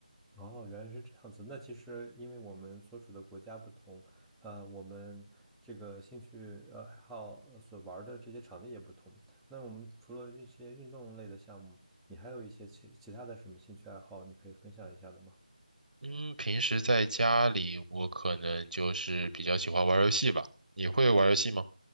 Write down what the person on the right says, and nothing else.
嗯，平时在家里，我可能就是比较喜欢玩游戏吧。你会玩游戏吗？